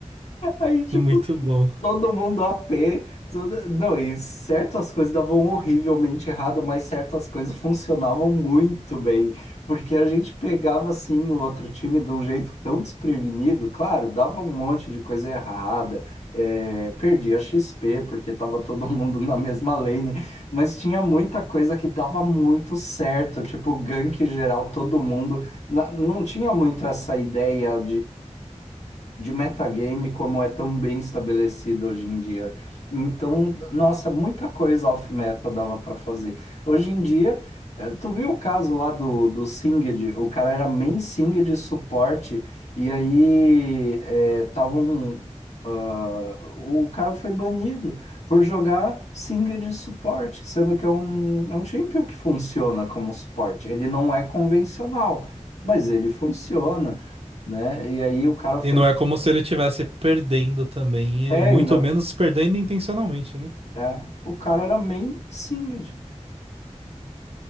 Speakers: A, on the left; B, on the right.
A: Aí, tipo,
B: Muito bom.
A: Todo mundo a pé, tudo... Não, e certas coisas davam horrivelmente errado, mas certas coisas funcionavam muito bem, porque a gente pegava assim o outro time de um jeito tão desprevenido, claro, dava um monte de coisa errada, é, perdia XP porque tava todo <laughs> mundo na mesma lane, mas tinha muita coisa que dava muito certo, tipo gank geral, todo mundo. Na- Não tinha muito essa ideia de metagame como é tão bem estabelecido hoje em dia. Então, nossa, muita coisa off-meta dava para fazer. Hoje em dia, eh, tu viu o caso lá do, do Singed, o cara era main Singed suporte, e aí é, tava um, ah, o cara foi banido por jogar Singed suporte, sendo que é um, é um champion que funciona como suporte. Ele não é convencional, mas ele funciona né? E aí o cara foi
B: E não é como se ele estivesse perdendo também,
A: é,
B: e muito
A: ainda.
B: menos perdendo intencionalmente, né?
A: É. O cara era main singed.